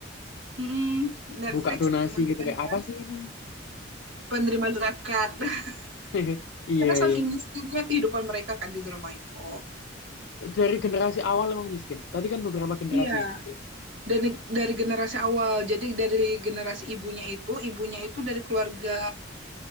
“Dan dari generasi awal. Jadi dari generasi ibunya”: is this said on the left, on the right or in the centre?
Right